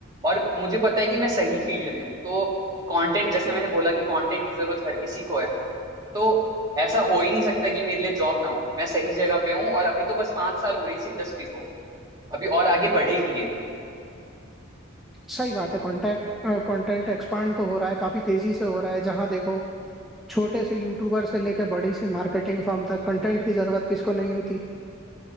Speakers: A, on the right (about 20°); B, in the centre.
A: और मुझे पता है कि मैं सही फील्ड में हूँ तो कंटेंट जैसे मैंने बोला कि कंटेंट की जरूरत हर किसी को है तो ऐसा हो ही नहीं सकता कि मेरे लिए जॉब ना हो मैं सही जगह पे हूँ और अभी तो बस पांच साल हुए हैं इस इंडस्ट्री को अभी और आगे बढ़ेगी ये
B: सही बात है कॉन्टेक्ट कंटेंट एक्सपांड तो हो रहा है काफी तेजी से हो रहा है जहां देखो छोटे से यूट्यूबर से लेके बड़ी सी मार्केटिंग फर्म तक कंटेंट की जरूरत किसको नहीं होती